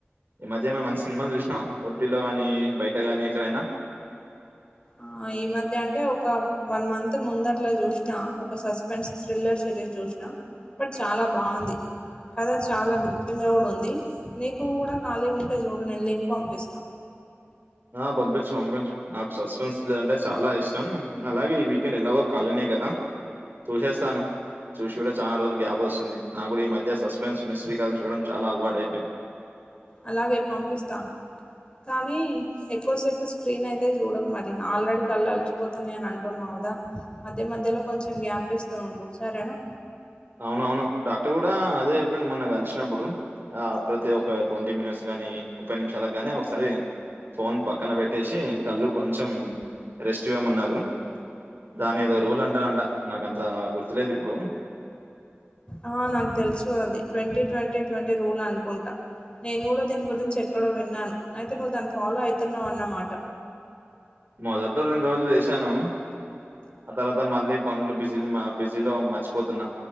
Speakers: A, on the right; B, on the left.
A: ఈ మధ్య మేము మంచి సినిమాలు చూసినా ఓటిటీ లో గానీ బయటగానీ ఎక్కడైనా
B: ఆ ఈ మధ్య అంటే ఒక వన్ మంత్ ముంద అట్లా చూసినా ఒక సస్పె సస్పెన్స్ థ్రిల్లర్ సిరీస్ చూసినా బట్ చాలా బాగుంది కద చాలా గృత్యంగా కూడా ఉంది నీకు కూడా ఖాళీగా ఉంటే చూడు నేను లింక్ పంపిస్తా
A: ఆ పంపించు పంపించు నాకు సస్పెన్స్ థ్రిల్లర్ అంటే చాలా ఇష్టం అలాగే ఈ వీకెండ్ ఎలాగో ఖాళీనే కదా చూసేస్తాను చూసి కూడా చాలా రోజులు గ్యాప్ వస్తుంది నాకు కూడా ఈ మధ్య సస్పెన్స్ మిసకాలు <unintelligible> చూడడం చాలా అలవాటు అయిపోయింది
B: అలాగే పంపిస్తా కానీ ఎక్కువసేపు స్క్రీన్ అయితే చూడకు మరి ఆల్రెడీ కళ్ళు అలచిపోతున్నాయి అని అంటున్నావు కదా మధ్య మధ్యలో కొంచెం గ్యాప్ ఇస్తూ ఉండు సరేనా
A: అవునవును డాక్టర్ కూడా అదే చెప్పిండు మొన్న కలిసినప్పుడు ఆ ప్రతి ఒక ట్వంటీ మినిట్స్ గాని ముప్పై నిమిషాలకు గాని ఒకసారి ఫోన్ పక్కన పెట్టేసి కళ్ళు కొంచెం రెస్ట్ ఇయ్వమన్నారు దాన్నేదో రూల్ అంటారంట నాకంత గుర్తులేదు ఇప్పుడు
B: ఆ నాకు తెలుసు అది ట్వంటీ ట్వంటీ ట్వంటీ రూల్ అనుకుంటా నేను కూడా దీని గురించి ఎక్కడో విన్నాను అయితే నువ్వు దాని ఫాలో అయితున్నావు అన్నమాట
A: మొదట్లో రెండు రోజులు చేసాను ఆ తర్వాత మళ్ళీ పనులు బిజీలు మల్ల బి జీలో మర్చిపోతున్నా